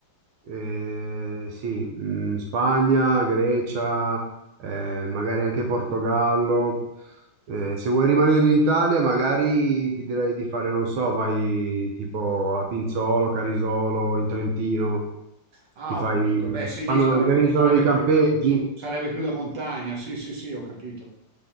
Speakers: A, on the right; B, on the right.
A: Eh, sì, mm, Spagna, Grecia, eh, magari anche Portogallo. Eh, se vuoi rimanere in Italia, magari ti direi di fare, non so, vai tipo a Pinzolo, Carisolo, in Trentino,
B: Ah,
A: ti fai,
B: ho capito. Beh, sì, lì
A: fanno,
B: sarebbe,
A: organizzano
B: sarebbe
A: dei campeggi.
B: più, sarebbe più da montagna. Sì, sì, sì, ho capito.